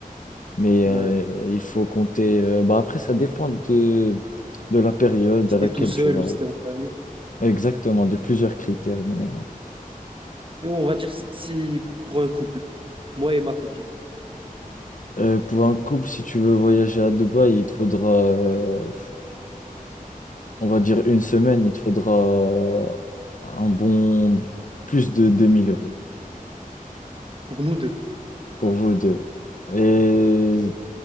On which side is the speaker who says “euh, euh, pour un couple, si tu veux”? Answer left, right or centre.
Left